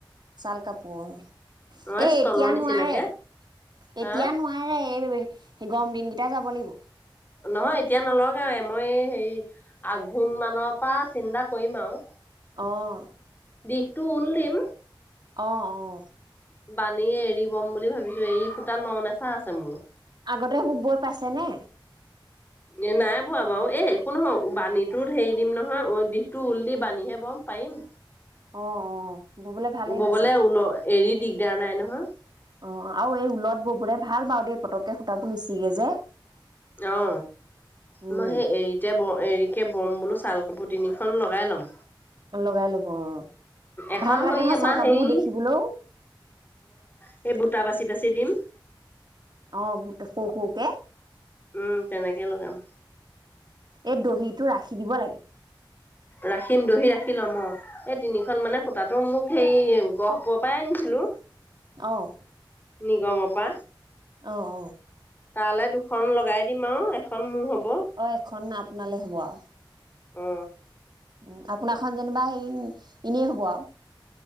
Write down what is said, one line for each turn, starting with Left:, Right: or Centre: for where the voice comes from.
Right: চাল কাপোৰ অ। এ,
Left: নইচ
Right: এতিয়া
Left: তলৰ নিচিনাকে
Right: নোৱাৰে
Left: হা
Right: এতিয়া নোৱাৰে এই। সেই গৰম দিনকেইটাই যাব লাগিব।
Left: নহয় এতিয়া নলগাও এ, মই হেৰি আঘোণ মানৰ পৰা চিন্তা কৰিম আৰু।
Right: অঁ।
Left: দিশ তো ঊল দিম।
Right: অ অ।
Left: বানীয়ে এৰি বম বুলি ভাবিছো, এৰি খুটা ন নেচা আছে মোৰ।
Right: আগতে বৈ পাইছে নে?
Left: এ, নাই পোৱা বাৰু এ একো নহয় বাণীটোত হেৰি দিম নহয় দিশটো ঊল দি বানীহে বম পাৰিম।
Right: অ অ, ববলে ভালেই
Left: ববলে
Right: হয় চাগে।
Left: ঊল এৰি দিগদাৰ নাই নহয়
Right: অ আৰু এই ঊলত ব বোলে ভাল বাৰু দেই পতককে সূতাবোৰ নিছিগে যে
Left: অ
Right: উম
Left: মই সেই এৰীতে ব এৰিকে বম বোলো চাল আকৌ তিনিখন লগাই ল'ম
Right: লগাই ল'ব অ
Left: এখন
Right: ভাল লাগে
Left: হৈ
Right: নহয়
Left: আমাৰ
Right: ছাল কাপোৰবোৰ
Left: হে ই
Right: দেখিবলৈও
Left: সেই বুটা বাচি বাচি ছিলম
Right: অ গোট শু শুক
Left: উম তেনেকে লগাম
Right: এই দহিটো ৰাখি দিব লাগে
Left: ৰাখিম দহি ৰাখি ল'ম অ এই তিনিখন মানে সূতা টো মোক সেই গহপৰ পৰাই আনিছিলো
Right: আহ
Left: নিগমৰ পৰা
Right: অ অ
Left: তালে দুখন লগাই দিম আৰু এখন মোৰ হ'ব
Right: অ খ ন আপোনালৈ হ'ব আৰু
Left: অ
Right: উ আপোনাৰ খন যেনিবা হেই এনেই হ'ব আৰু